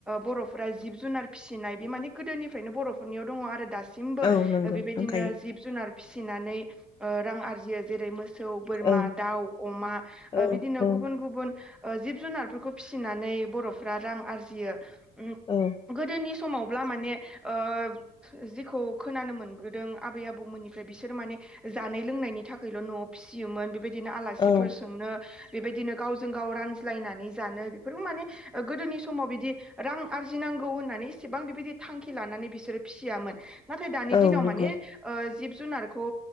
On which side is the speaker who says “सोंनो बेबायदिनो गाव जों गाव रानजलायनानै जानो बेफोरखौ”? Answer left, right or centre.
Centre